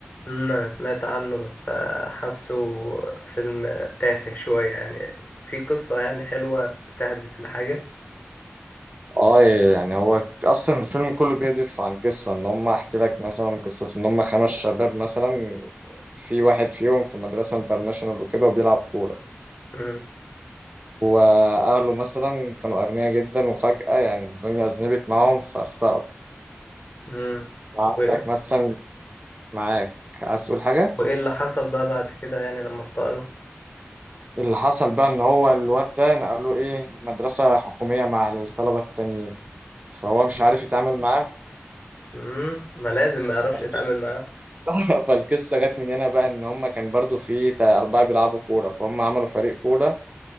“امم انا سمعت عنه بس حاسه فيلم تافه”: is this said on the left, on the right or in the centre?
Left